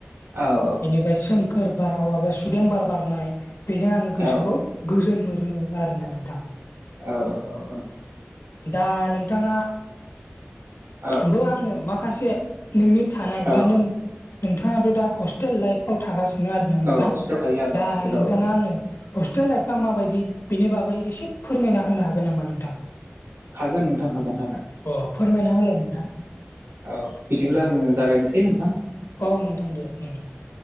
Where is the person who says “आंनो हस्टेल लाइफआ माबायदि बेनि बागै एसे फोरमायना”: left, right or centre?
Left